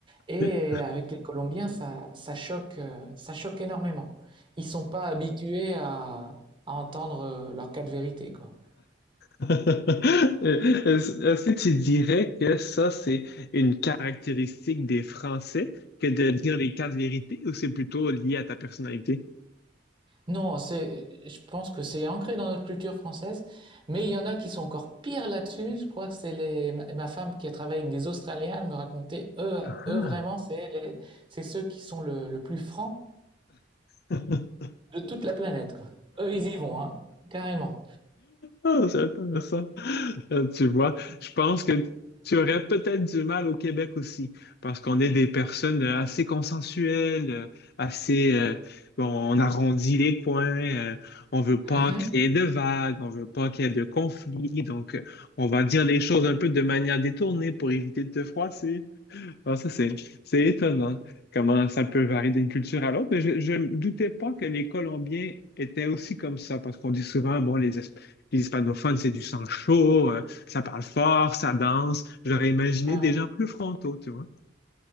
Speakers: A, on the right; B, on the left.
A: Et
B: Oui.
A: avec les Colombiens, ça, ça choque, euh, ça choque énormément. Ils sont pas habitués à, à entendre euh, leur cas de vérité, quoi.
B: Est-ce est-ce que tu dirais que ça, c'est une caractéristique des Français que de dire les quatre vérités ou c'est plutôt lié à ta personnalité?
A: Non, c'est, je pense que c'est ancré dans notre culture française, mais il y en a qui sont encore pires là-dessus. Je crois que c'est les, ma ma femme qui a travaillé avec des Australiens, elle me racontait, eux,
B: Ah,
A: eux vraiment, c'est les- c'est ceux qui sont le, le plus francs
B: <laughs>
A: de toute la planète, quoi. Eux, ils y vont, hein, carrément.
B: Ah, c'est intéressant. <laughs> Tu vois, je pense que tu aurais peut-être du mal au Québec aussi, parce qu'on est des personnes assez consensuelles, euh, assez, euh, bon, on arrondit les coins, euh, on veut pas
A: Mhm.
B: créer de vagues, on veut pas qu'il y ait de conflits, donc euh, on va dire les choses un peu de manière détournée pour éviter de te froisser. Ah, ça, c'est, c'est étonnant comment ça peut varier d'une culture à l'autre. Mais je, je me doutais pas que les Colombiens étaient aussi comme ça, parce qu'on dit souvent, bon, les, Hisp- les hispanophones, c'est du sang chaud, euh, ça parle fort, ça danse. J'aurais imaginé
A: Ouais, ouais.
B: des gens plus frontaux, tu vois.